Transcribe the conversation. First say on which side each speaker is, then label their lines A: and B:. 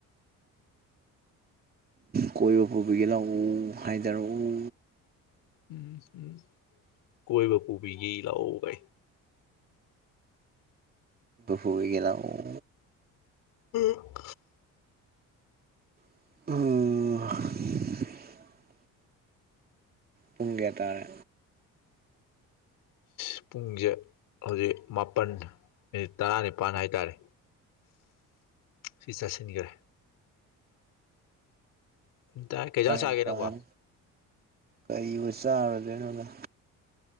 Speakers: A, on the right; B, on the left.
A: ꯀꯣꯏꯕ ꯄꯨꯕꯤꯒꯤ ꯂꯥꯛꯎ ꯍꯥꯏꯊꯔꯛꯎ
B: ꯎꯝ ꯎꯝ ꯀꯣꯏꯕ ꯄꯨꯕꯤꯒꯦ ꯂꯥꯛꯑꯣ ꯒꯥꯏꯌꯦ
A: ꯄꯨꯗꯤꯒꯦ ꯂꯥꯛꯑꯣ
B: ꯎꯝ
A: ꯑꯣ ꯄꯨꯡ ꯀꯌꯥ ꯇꯥꯔꯦ
B: ꯑ ꯄꯨꯡꯁꯦ ꯍꯧꯖꯤꯛ ꯃꯥꯄꯜ ꯃꯤꯅꯤꯠ ꯇꯔꯥꯅꯤꯄꯥꯜ ꯍꯥꯏꯇꯥꯔꯦ ꯁꯤ ꯆꯥꯁꯤꯟꯈ꯭ꯔꯦ ꯇꯥꯏ ꯀꯩꯖꯥꯡ
A: ꯇꯔꯥꯅꯤꯄꯥꯟ
B: ꯆꯥꯒꯦ ꯅꯡꯕꯣ
A: ꯀꯔꯤꯕꯨ ꯆꯥꯔꯨꯗꯣꯏꯅꯣꯗ